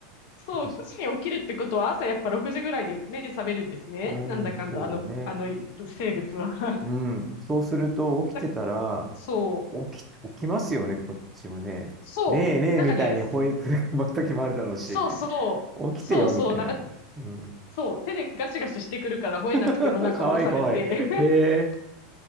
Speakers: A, on the left; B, on the right.
A: そう、
B: そっかそ
A: 9時に起きるってことは朝やっぱ6時ぐらいに目覚めるんですね。
B: うん、
A: なんだかんだ、
B: そうだね。
A: あの、あの生物は。
B: うん。そうすると、起きてたら、
A: だそう。
B: 起き、起きますよね、こっちもね。
A: そう。
B: ねえねえみたいに吠えてる時もあるだろうし、
A: なんかね、そうそう。
B: 起きてよみたいな。
A: そうそう。なんか、
B: うん。
A: そう。手でガシガシしてくるから吠えなくてもなんか起こされて。
B: <laughs> かわいいかわいい。へえ。